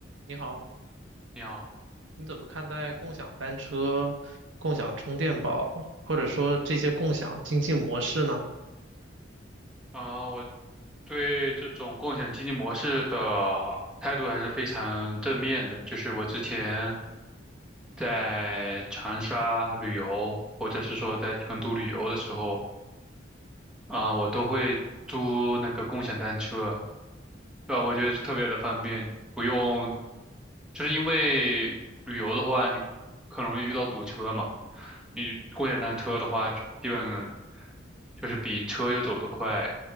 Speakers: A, on the right; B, in the centre.
A: 你好，
B: 你好，
A: 你怎么看待共享单车、共享充电宝，或者说这些共享经济模式呢？
B: 啊、我对这种共享经济模式的态度还是非常正面的。就是我之前在长沙旅游，或者是说在成都旅游的时候，啊、我都会租那个共享单车，对吧？我觉得是特别的方便，不用，就是因为旅游的话，你很容易遇到堵车嘛。你共享单车的话，就基本就是比车又走得快，